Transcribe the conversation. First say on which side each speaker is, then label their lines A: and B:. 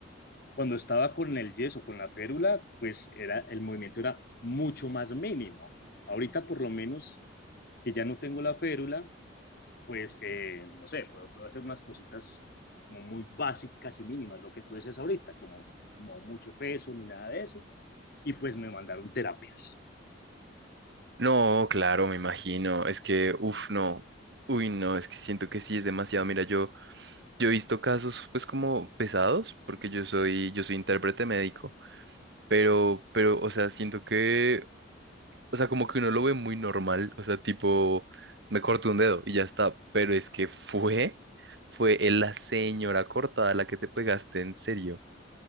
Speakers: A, on the left; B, on the right.
A: cuando estaba con el yeso, con la férula, pues era, el movimiento era mucho más mínimo. Ahorita por lo menos que ya no tengo la férula, pues eh, no sé, puedo, puedo hacer unas cositas como muy básicas y mínimas, lo que tú dices ahorita, como no mucho peso ni nada de eso. Y pues me mandaron terapias.
B: No, claro, me imagino, es que, uff, no, uy, no, es que siento que sí, es demasiado. Mira, yo... Yo he visto casos pues como pesados, porque yo soy, yo soy intérprete médico, pero, pero, o sea, siento que, o sea, como que uno lo ve muy normal, o sea, tipo, me corto un dedo y ya está, pero es que fue, fue la señora cortada la que te pegaste en serio,